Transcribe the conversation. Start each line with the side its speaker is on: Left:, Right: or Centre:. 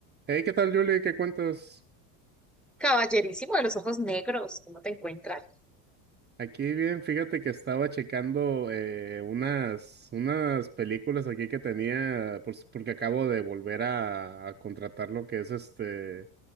Right: Hey, ¿qué tal, Julie? ¿Qué cuentas?
Centre: Caballerísimo de los ojos negros, ¿cómo te encuentras?
Right: Aquí bien, fíjate que estaba checando eh, unas, unas películas aquí que tenía, pues, porque acabo de volver a, a contratar lo que es este,